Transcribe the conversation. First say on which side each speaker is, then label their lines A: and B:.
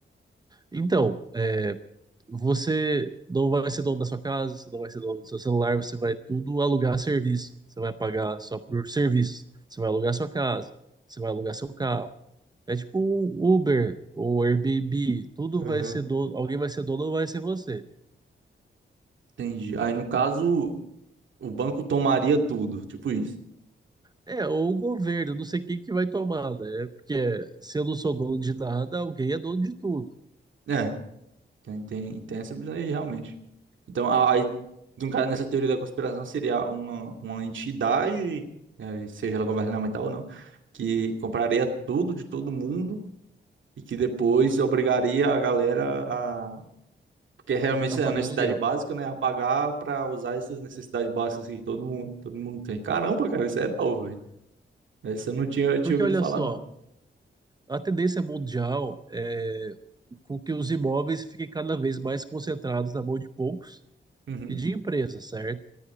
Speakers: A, on the right (about 20°); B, on the right (about 80°).
A: Então, é, você não vai ser dono da sua casa, você não vai ser dono do seu celular, você vai tudo alugar serviço. Você vai pagar só por serviços. Você vai alugar sua casa, você vai alugar seu carro. É tipo um Uber ou Airbnb, tudo
B: Aham.
A: vai ser dono, alguém vai ser dono ou vai ser você.
B: Entendi. Aí, no caso, o banco tomaria tudo, tipo isso.
A: É, ou o governo, não sei quem que vai tomar, né? Porque se eu não sou dono de nada, alguém é dono de tudo
B: É, tem, tem, tem essa visão aí, realmente. Então, a- aí, no caso, nessa teoria da conspiração, seria uma, uma entidade, eh, seja ela governamental ou não, que compraria tudo de todo mundo e que depois obrigaria a galera a. Porque realmente
A: a
B: é
A: pagar
B: a necessidade
A: aluguel.
B: básica, né? A pagar para usar essas necessidades básicas que todo mundo, todo mundo tem. Caramba, cara, isso é novo, velho. Essa eu não tinha, tinha
A: Porque
B: ouvido
A: olha
B: falar,
A: só,
B: não.
A: A tendência mundial é com que os imóveis fiquem cada vez mais concentrados na mão de poucos
B: Uhum.
A: e de empresas, certo?